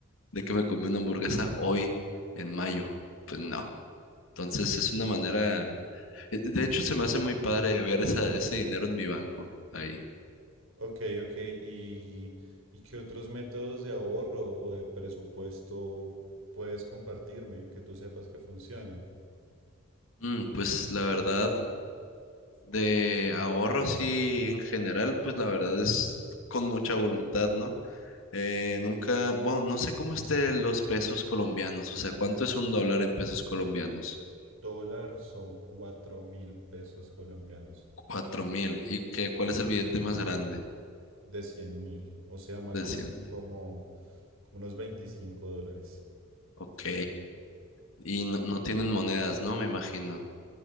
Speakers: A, on the left; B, on the right.
A: de que me comí una hamburguesa hoy en mayo, pues no. Entonces es una manera, eh, de hecho se me hace muy padre ver esa, ese dinero en mi banco ahí.
B: Ok, ok. ¿Y, y qué otros métodos de ahorro o de presupuesto puedes compartirme que tú sepas que funcionen?
A: Mm, pues la verdad, de ahorro así en general, pues la verdad es con mucha voluntad, ¿no? Eh, nunca, bueno, no sé cómo estén los pesos colombianos, o sea, ¿cuánto es un dólar en pesos colombianos?
B: Dólar son cuatro mil pesos colombianos
A: Cuatro mil. ¿Y qué, cuál es el billete más grande?
B: de cien mil, o sea, más
A: De
B: o
A: cien
B: menos
A: mil.
B: como, como unos 25 dólares.
A: Ok. Y no, no tienen monedas, ¿no? Me imagino.